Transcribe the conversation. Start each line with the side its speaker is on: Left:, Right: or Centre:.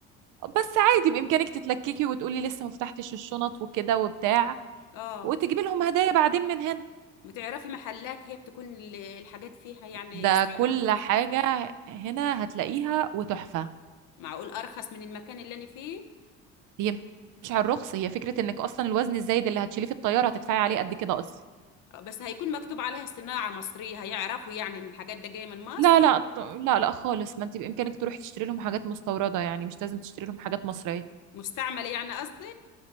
Right: بس عادي بامكانك تتلككي وتقولي لسه ما فتحتش الشنط وكده وبتاع
Left: اه
Right: وتجيبي لهم هدايا بعدين من هنا
Left: بتعرفي محلات هي بتكون ال- الحاجات فيها يعني
Right: ده
Left: سعرها
Right: كل
Left: متوسط
Right: حاجه هنا هتلاقيها وتحفه
Left: معقول ارخص من المكان اللي انا فيه
Right: هي مش على الرخص هي فكره انك اصلا الوزن الزايد اللي هتشيليه في الطياره هتدفعي عليه قد كده اصلا
Left: آه، بس هيكون مكتوب عليها صناعة مصرية هيعرفوا يعني ان الحاجات ده جاية من مصر
Right: لا لا ط- لا لا خالص ما انت بامكانك تروحي تشتري لهم حاجات مستورده يعني مش لازم تشتري لهم حاجات مصريه
Left: مستعملة يعني قصدي